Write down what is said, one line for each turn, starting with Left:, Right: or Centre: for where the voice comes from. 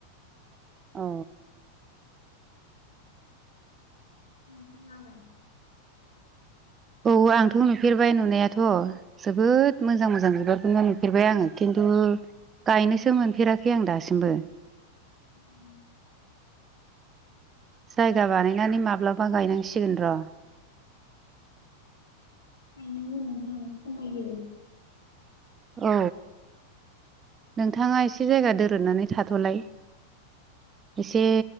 Right: औ।
Left: नोंथाङालाय?
Right: औ आंथ' नुफेरबाय नुनायाथ' जोबोद मोजां मोजां बिबारखौनो नुफेरबाय आङो खिन्थु गायनोसो मोनफेराखै आं दासिमबो।
Left: <unintelligible>
Right: जायगा बानायनानै माब्लाबा गायनांसिगोन र'।
Left: गायनांगौ नोंथां खमायो
Right: औ नोंथाङा एसे जायगा दोरोदनानै थाथ'लाय एसे